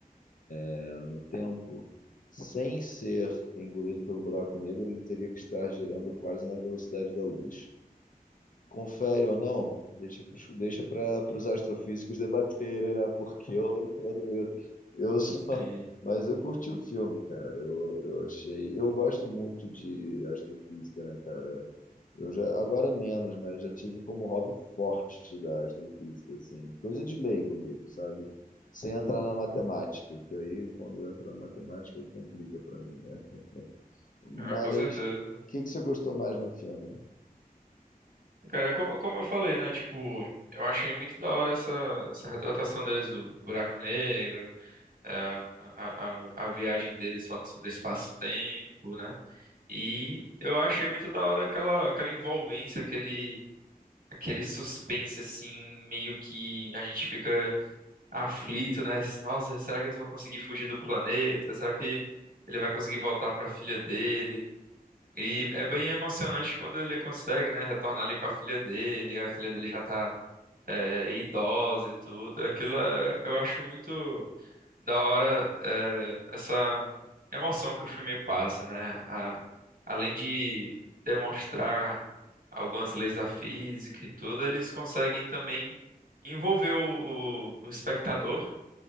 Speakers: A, on the left; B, on the right.
A: né, no tempo, sem ser engolido pelo buraco negro, ele teria que estar girando quase na velocidade da luz confere ou não, deixa para deixa os astrofísicos <laughs> debaterem, né? Porque eu não entendo isso. Eu só,
B: Sim.
A: mas eu curti o filme, cara. Eu, eu achei. Eu gosto muito de astrofísica, né, cara? Eu já, agora menos, mas já tive como hobby forte da astrofísica, assim. Coisa de leigo mesmo, sabe? Sem entrar na matemática, que aí quando entra na matemática complica para mim, né? Mas
B: Ah, com certeza.
A: o que que você gostou mais no filme?
B: Cara, como, como eu falei, né? Tipo, eu achei muito da hora essa, essa retratação deles do buraco negro, é, a, a, a viagem deles falando sobre espaço-tempo, né? E eu achei muito da hora aquela, aquela envolvência, aquele, aquele suspense, assim, meio que a gente fica aflito, né? Nossa, será que eles vão conseguir fugir do planeta? Será que ele vai conseguir voltar para a filha dele? E é bem emocionante quando ele consegue, né, retornar ali pra filha dele, a filha dele já tá é, idosa e tudo. Aquilo é- eu acho muito da hora é, essa emoção que o filme passa, né? A- além de demonstrar algumas leis da física e tudo, eles conseguem também envolver o, o o espectador